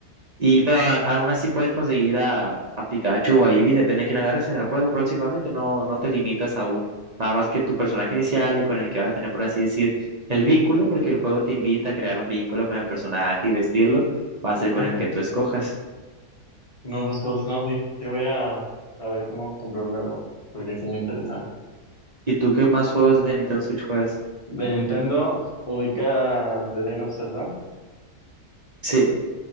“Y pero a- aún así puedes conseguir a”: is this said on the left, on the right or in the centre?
Right